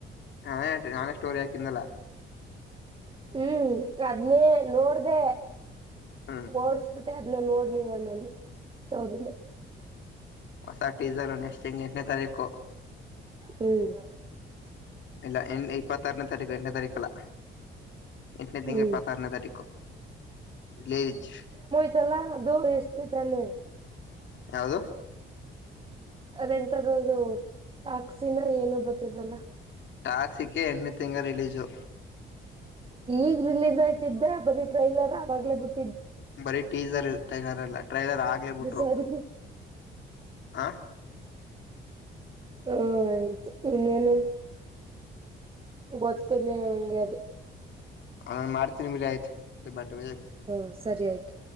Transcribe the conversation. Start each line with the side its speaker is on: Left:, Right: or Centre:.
Left: ಹಾ ನಾನೆ ಸ್ಟೋರಿ ಯಾಕಿಂದನಲ್ಲ
Right: ಹ್ಮ್ ಅದನ್ನೇ ನೋಡ್ದ
Left: ಹ್ಮ್
Right: ಹೊಡಿಸಿಬಿಟ್ಟೆ ಅದನ್ನ ನೋಡ್ಲಿಲ್ಲ ನಾನು ಸ್ಟೋರಿಲ್ಲಿ
Left: ಹೊಸ ಟೀಜರ್ ನೆಸ್ಟ್ ತಿಂಗಳು ಎಂಟನೇ ತಾರೀಕು
Right: ಹ್ಮ್
Left: ಇಲ್ಲ ಇಪ್ಪತ್ತರನೇ ತಾರೀಕು ಎಂಟನೇ ತಾರೀಕಲ್ಲ ಎಂಟನೇ
Right: ಹ್ಮ್
Left: ತಿಂಗ ಇಪತ್ತು ಆರನೇ ತಾರೀಖು ರಿಲೀಜ್
Right: ಇತ್ತಲಾ ಅದು ಎಷ್ಟೇ ತಾನೆ
Left: ಯಾವದು
Right: ಅದೆಂತದದು ಟಾಕ್ಸಿನ ಏನು ಬತ್ತದಲ್ಲ
Left: ಟಾಕ್ಸಿಕ್ ಎಂಟನೇ ತಿಂಗಳು ರಿಲೀಸು
Right: ಈಗ ರಿಲೀಸ್ ಆಯ್ತಿದ್ದೆ ಬರಿ ಟ್ರೈಲರ್ ಆವಾಗಲೇ ಬಿಟ್ಟ
Left: ಬರೀ ಟ್ರಿಜಾರ್ ಟೈಲರ್ ಅಲ್ಲ ಟ್ರೈಲರ್ ಆಗ್ಲೇ ಬಿಟ್ರು
Right: ಸಾರಿ
Left: ಹ
Right: ಹಾ ಆಯ್ತು ಇನ್ನೇನು ಗೊತ್ತಲಿಲ್ಲ ನಂಗೆ ಅದು
Left: ಅ ಮಾಡ್ತೀನಿ ಬಿಡು ಆಯ್ತು
Right: ಹ್ಮ ಸರಿ ಆಯ್ತು